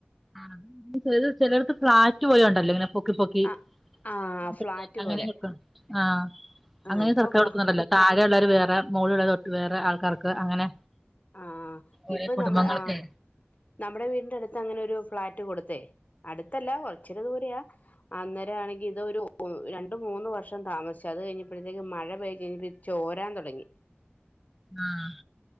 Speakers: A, in the centre; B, on the left.
A: ആഹ് ചെലോ ചെലെയ്ട്ത്ത് ഫ്ലാറ്റ് പോലെണ്ടല്ലോ ഇങ്ങെനെ പൊ ക്കി പൊക്കി
B: ആഹ് ആഹ്
A: <unintelligible>
B: ഫ്ലാറ്റ് പോലെ ആഹ്
A: അങ്ങനെയ
B: ഇപ്പൊ
A: സർക്ക കൊടുക്കുന്നുണ്ടല്ലോ
B: ഫ്ലാ
A: താഴെള്ളവര് വേറെ മോളില്ള്ളത് വേറെ ആൾക്കാർക്ക് അങ്ങനെ.
B: ആഹ്
A: ഓരോ
B: ഇപ്പൊ
A: കുടുംബങ്ങൾക്ക്
B: നമ്മള് ആഹ് നമ്മടെ വീടിന്റെട്ത്ത് അങ്ങനെ ഒരു ഫ്ളാറ്റ് കൊടുത്തേ. അടുത്തല്ല കൊറച്ചൊരു ദൂരയാ. അന്നേരാണെങ്കി ഇതൊരു രണ്ടു മൂന്ന് വർഷം താമസിച്ചു. അത് കഴിഞ്ഞപ്പഴത്തേക്ക് മഴ പെയ്തഴി ചോരാൻ തൊടങ്ങി.
A: ആഹ്-